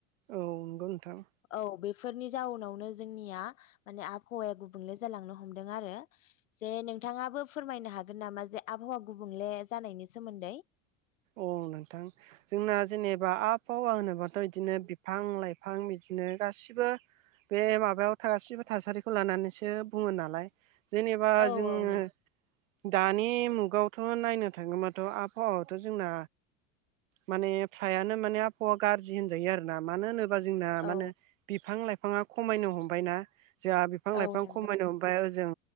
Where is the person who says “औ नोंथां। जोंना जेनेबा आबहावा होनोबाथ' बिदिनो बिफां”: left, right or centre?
Right